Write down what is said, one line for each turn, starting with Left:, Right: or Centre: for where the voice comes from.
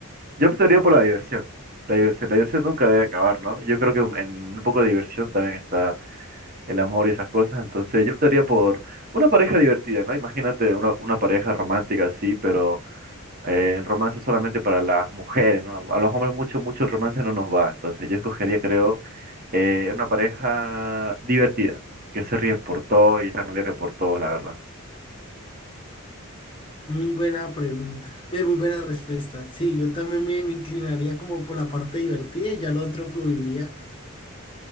Right: Yo optaría por la diversión. La diversión, la diversión nunca debe acabar, ¿no? Yo creo que en un poco de diversión también está el amor y esas cosas. Entonces yo optaría por una pareja divertida, ¿no? Imagínate una, una pareja romántica así, pero eh, el romance es solamente para las mujeres, ¿no? A los hombres mucho, mucho el romance no nos va. Entonces yo escogería, creo, eh, una pareja divertida, que se ríen por todo y están alegres por todo, la verdad.
Left: Muy buena pregunta. Ve, muy buena respuesta. Sí, yo también me, me inclinaría como por la parte divertida y ya lo otro fluiría.